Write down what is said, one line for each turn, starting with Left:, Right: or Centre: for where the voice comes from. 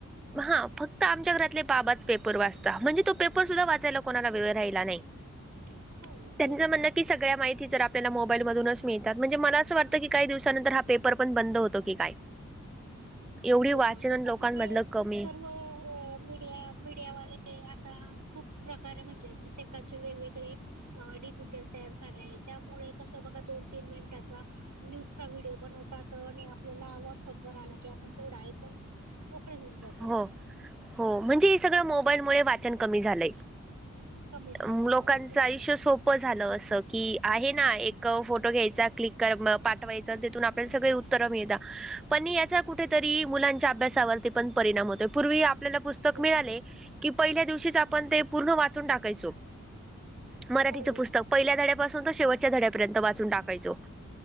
Centre: हा फक्त आमच्या घरातले बाबाच पेपर वाचता म्हणजे तो पेपर सुद्धा वाचायला कोणाला वेळ राहिला नाही.
Right: हो
Centre: त्याचं
Right: बरोबर
Centre: म्हणणं की सगळ्या माहिती जर आपल्याला मोबाईल मधूनच मिळतात म्हणजे मला असं वाटतं की काही दिवसानंतर हा पेपर पण बंद होतो की काय. एवढी
Right: ते
Centre: वाचन
Right: तर आहेच आता
Centre: लोकांमधलं
Right: हे
Centre: कमी.
Right: सर्व मीडिया मीडियावाले आता खूप प्रकारे म्हणजे प्रत्येकाचे वेगवेगळे अ डिजिटल तयार झालंय त्यामुळे कसं बघा दोन तीन मिनिटाचा न्यूजचा व्हिडिओ बनवतात आणि आपल्याला व्हॉट्सअप वर आला की आपण तेवढे ऐकून मोकळे होऊन जातो
Centre: हो हो म्हणजे हे सगळं मोबाईलमुळे वाचन कमी झालंय
Right: कमी झाले
Centre: अम लोकांचं
Right: हो बरोबर
Centre: आयुष्य सोप प झालं असं की आहे ना एक फोटो घ्यायचा क्लिक करा म पाठवायचा तिथून आपल्याला सगळे उत्तर मिळत पण याचा कुठेतरी मुलांच्या अभ्यासावरती पण परिणाम होतो पूर्वी आपल्याला पुस्तक
Right: परिणाम
Centre: मिळाले कि पहिल्या दिवशीच आपण ते पूर्ण वाचून टाकायचो, मराठीचं
Right: हो
Centre: पुस्तक. पहिल्या धड्या पासून तो शेवटच्या धड्यापर्यंत वाचून टाकायचो